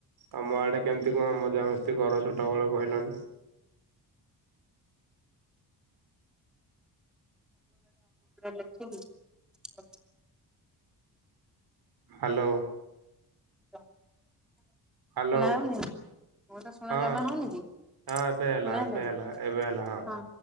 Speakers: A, on the right; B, in the centre.
A: ତମ ଆଡ଼େ କେମ ତି କଣ ମଜାମସ୍ତି କର ଛୋଟବେଳେ କହିଲନି।
B: ରେ ଲେଖିକି। <unintelligible>
A: ହାଲୋ।
B: ହ <unintelligible>
A: ହ୍ୟାଲୋ।
B: ଶୁଣାଯାଉନି। ମୋ କଥା ଶୁଣା
A: ହଁ
B: ଜମା ହଉନି
A: ହଁ
B: କି
A: ଏବେ
B: ଶୁଣା ହେଲା
A: ଏବେ
B: କି
A: ଏବେ ହେଲା
B: ହଁ।